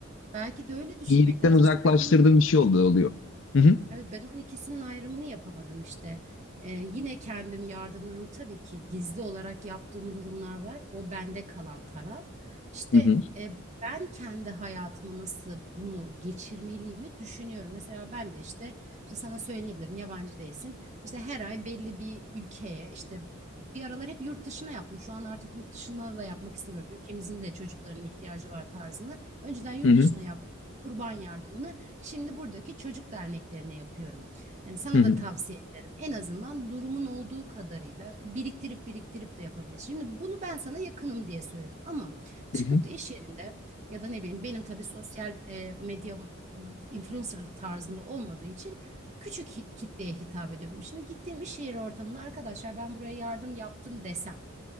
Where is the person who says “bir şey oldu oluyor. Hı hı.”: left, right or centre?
Left